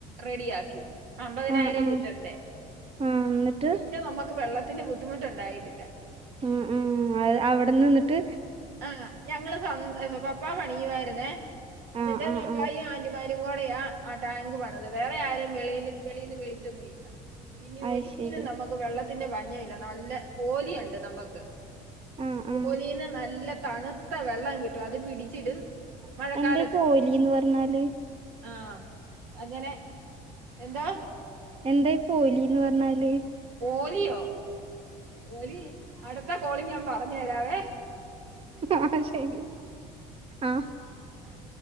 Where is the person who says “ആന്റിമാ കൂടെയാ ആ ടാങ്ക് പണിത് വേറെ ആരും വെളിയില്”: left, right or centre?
Right